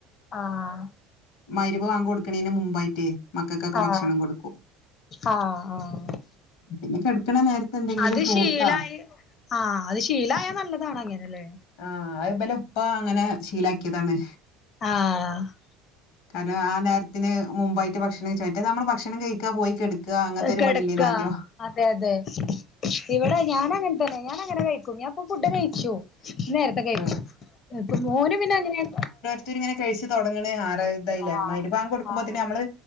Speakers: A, on the left; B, on the left.
A: ആഹ്
B: മൈരിബ് വാങ്ക് കൊടുക്കണേന് മുമ്പായിട്ട് മക്കക്കൊക്കെ
A: ആഹ്
B: ഭക്ഷണം കൊടുക്കും
A: ആഹ് ആഹ്
B: പിന്നെ കെടക്കണ നേരത്തെ എന്തെങ്കിലും
A: അത്
B: ഫ്രൂട്ടാ
A: ശീലായി ആഹ് അത് ശീലായ നല്ലതാണ് അങ്ങനെല്ലേ
B: ആഹ് അബലെപ്പ അങ്ങനെ ശീലാക്കിയതാണ്
A: ആഹ് ആഹ്
B: കാരണം ആഹ് നേരത്തിന് മുമ്പായിട്ട് ഭക്ഷണം കെയിച്ച റ്റെ മ്മള് ഭക്ഷണം കഴിക്കാ പോയി കെടുക് ക്ക അങ്ങനത്തെ ഒരു
A: കെടക്ക
B: പണിയില്ലേന്നാദ്യം
A: അതെ അതെ ഇവിടെ ഞാനങ്ങനെ തന്നെ ഞാൻ അങ്ങനെ കഴിക്കും ഞാൻപ്പ ഫുഡ് കഴിച്ചു നേരത്തെ കഴിച്ചു
B: ആ
A: മോന് പിന്നെ അങ്ങനായി
B: ത്തര് ഇങ്ങനെ കഴിച്ച് തുടങ്ങണ് ആറ് ഇതായില്ല
A: ആഹ്
B: മരിബാങ്ക് കൊടുക്കുംപോതിന്ന്നമ്മള്
A: ആഹ്